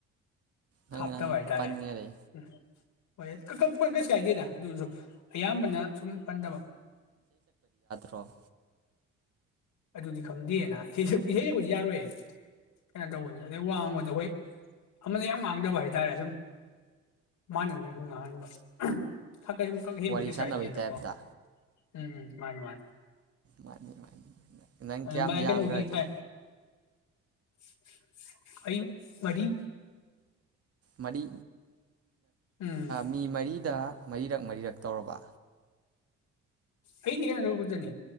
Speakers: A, on the right (about 50°); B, on the left (about 85°).
A: ꯅꯪ
B: ꯍꯥꯞꯇꯕ
A: ꯅꯪ
B: ꯍꯥꯏꯇꯥꯔꯦ
A: ꯄꯟꯈꯔꯦ
B: ꯎꯝ ꯍꯣꯏ ꯀꯛ ꯀꯛ ꯄꯟ ꯀꯩ ꯀꯥꯏꯗꯦꯗ ꯑꯗꯨꯁꯨ ꯑꯌꯥꯝꯕꯅ ꯁꯨꯝ ꯄꯟꯗꯕ
A: ꯄ꯭ꯔꯣ
B: ꯑꯗꯨꯗꯤ ꯈꯪꯗꯦꯅ ꯏꯁꯩꯁꯨꯕꯨꯗꯤ ꯌꯥꯔꯣꯏꯌꯦ ꯀꯩꯅꯣ ꯇꯧꯕꯅꯤ ꯑꯗꯩ ꯋꯥꯡꯕꯗꯣ ꯍꯣꯏ ꯑꯃꯗ ꯌꯥꯝ ꯉꯥꯡꯗꯕ ꯍꯥꯏꯇꯥꯔꯦ ꯁꯨꯝ ꯃꯥꯟꯅꯗꯅ ꯁꯨꯝ ꯉꯥꯡꯍꯟꯕ ꯊꯛꯀꯩ ꯑꯃꯈꯛ ꯍꯦꯟꯕꯦ
A: ꯋꯥꯔꯤ
B: ꯀꯩꯁꯥꯏꯗ
A: ꯁꯥꯟꯅꯕꯩ
B: ꯍꯦꯟꯅꯀꯣ
A: ꯇꯥꯏꯞꯇ
B: ꯎꯝꯝ ꯃꯥꯅꯤ ꯃꯥ
A: ꯃꯥꯅꯤ ꯃꯥꯅꯤ ꯅꯪ
B: ꯑꯗꯨ
A: ꯀꯌꯥꯝ
B: ꯃꯥꯏ
A: ꯌꯥꯝꯈ꯭ꯔꯒꯦ
B: ꯀꯩꯅꯣꯗꯤ ꯑꯏ <inaudible> ꯑꯩ ꯃꯗꯤ
A: ꯃꯗꯤ
B: ꯎꯝ
A: ꯃꯤ ꯃꯔꯤꯗ ꯃꯔꯤꯔꯛ ꯃꯔꯤꯔꯛ ꯇꯧꯔꯕ
B: ꯑꯩꯗꯤ ꯌꯥꯅ ꯍꯧꯕꯗꯨꯅꯤ